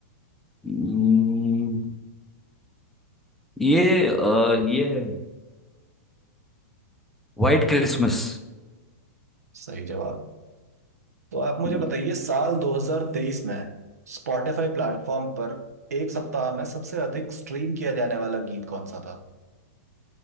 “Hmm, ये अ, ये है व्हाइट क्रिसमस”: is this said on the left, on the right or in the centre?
Centre